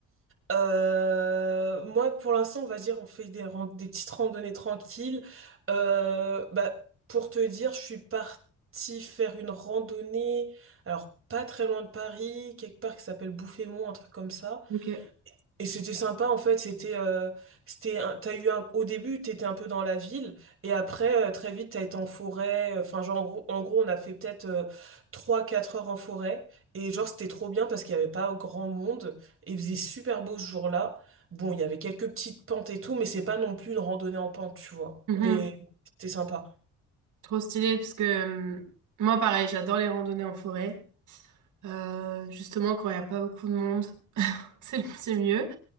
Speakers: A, on the right; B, on the right.
A: Euh, moi, pour l'instant, on va dire, on fait des, ran- des petites randonnées tranquilles. Euh, bah, pour te dire, je suis partie faire une randonnée, alors pas très loin de Paris, quelque part qui s'appelle Bouffémont, un truc comme ça.
B: Ok.
A: Et c'était sympa en fait, c'était euh, c'était un- t'as eu un, au début t'étais un peu dans la ville et après euh, très vite t'as été en forêt, euh, enfin genre en gros, en gros on a fait peut-être euh, 3-4 heures en forêt et genre c'était trop bien parce qu'il n'y avait pas grand monde et il faisait super beau ce jour-là. Bon, il y avait quelques petites pentes et tout mais c'est pas non plus une randonnée en pente, tu vois.
B: Mhm.
A: Mais c'était sympa.
B: Trop stylé, parce que euh, moi, pareil, j'adore les randonnées en forêt. Euh, justement, quand il n'y a pas beaucoup de monde, <laughs> c'est le- c'est mieux.